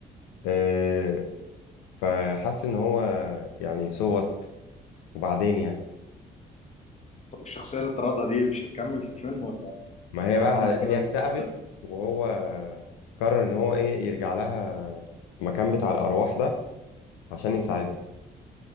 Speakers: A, on the left; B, on the left.
A: آه، فحس ان هو يعني صوت وبعدين يعني
B: طب الشخصية اللي طردها دي مش هتكمل في الفيلم ولا
A: ما هي
B: هي
A: بقى
B: خلاص كده
A: هي اكتئبت
B: ت-
A: وهو قرر ان هو ايه يرجع لها المكان بتاع الارواح ده عشان يساعدها